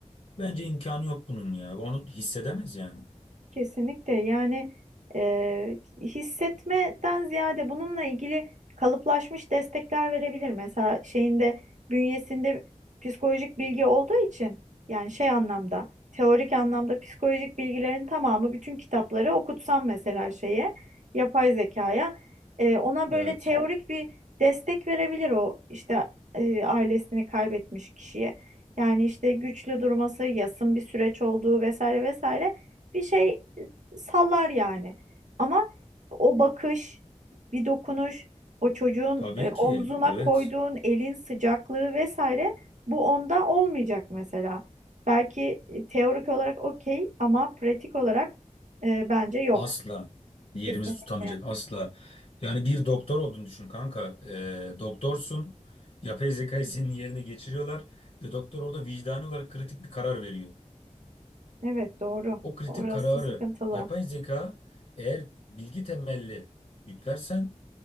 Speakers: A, on the left; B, on the right.
A: Bence imkanı yok bunun ya. Onu hissedemez yani.
B: Kesinlikle yani e, hissetmeden ziyade bununla ilgili kalıplaşmış destekler verebilir. Mesela şeyinde bünyesinde psikolojik bilgi olduğu için yani şey anlamda teorik anlamda psikolojik bilgilerin tamamı bütün kitapları okutsam mesela şeye yapay zekaya e, ona böyle
A: Evet.
B: teorik bir destek verebilir o işte e, ailesini kaybetmiş kişiye. Yani işte güçlü durması, yasın bir süreç olduğu vesaire vesaire bir şey e, sallar yani. Ama o bakış, bir dokunuş, o çocuğun
A: Tabii
B: e, omzuna
A: ki. Evet.
B: koyduğun elin sıcaklığı vesaire bu onda olmayacak mesela. Belki e, teorik olarak okey ama pratik olarak e, bence yok.
A: Asla yerimizi
B: Kesinlikle.
A: tutamayacak asla. Yani bir doktor olduğunu düşün kanka. Ee, doktorsun. Yapay zekayı senin yerine geçiriyorlar ve doktor orada vicdani olarak kritik bir karar veriyor.
B: Evet doğru.
A: O kritik
B: Orası
A: kararı
B: sıkıntılı.
A: yapay zeka eğer bilgi temelli yüklersen